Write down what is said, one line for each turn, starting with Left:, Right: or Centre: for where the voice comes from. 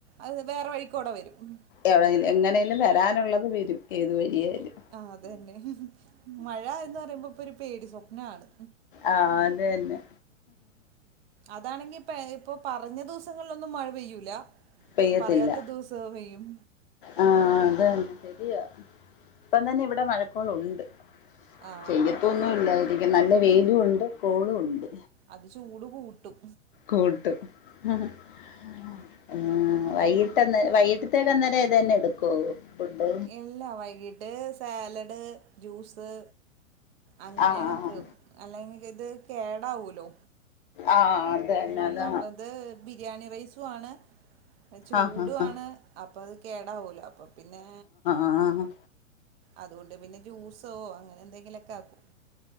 Right: അത് വേറെ വഴിക്കോടെ വരും
Left: എവിടെങ്കിലും എങ്ങനെലും വരാനുള്ളത് വരും ഏതു വഴിയായാലും
Right: ആഹ് അതന്നെ മഴ എന്ന് പറയുമ്പോ ഇപ്പൊ ഒരു പേടി സ്വപ്നാണ്
Left: ആഹ് അത് തന്നെ
Right: അതാണെങ്കി ഇപ്പ ഇപ്പൊ പറഞ്ഞ ദിവസങ്ങളിലൊന്നും മഴ പെയ്യൂല
Left: പെയ്യത്തില്ല
Right: പറയാത്ത ദിവസ പെയ്യും
Left: ആഹ് അത് തന്നെ ശരിയാ ഇപ്പം തന്നെ ഇവി ഇവിടെ മഴക്കോളുണ്ട്
Right: ആഹ്
Left: പെയ്യത്തൊന്നും ഇല്ലാ എങ്കിൽ നല്ല വെയിലും ഉണ്ട് കോളും ഉണ്ട്
Right: അത് ചൂട് കൂട്ടും
Left: കൂട്ടും ആ വൈകിട്ട് അന്നേ വൈകി ന്നേരം ഇത് തന്നെ എടുക്കോ ഫുഡ്?
Right: ഇല്ല വൈകീട്ട് സാലഡ്, ജ്യൂസ് അങ്ങനെ
Left: ആഹ് ആഹ്
Right: ആക്കും. അല്ലെങ്കിൽ ഇത് കേടാവുല്ലോ?
Left: ആഹ് അത് തന്നെ
Right: പിന്നെ ഒന്നാമത്
Left: അത്
Right: ബിരിയാണി റൈസു വാണ് ചൂടുവാണ്
Left: ആഹ് ആഹ് ആഹ്
Right: അപ്പ അത് കേടാവല്ലോ. അപ്പ പിന്നെ
Left: ആ ഹാ
Right: അതുകൊണ്ട് പിന്നെ ജ്യൂസോ അങ്ങനെ എന്തെങ്കിലും ഒക്കെ ആക്കും.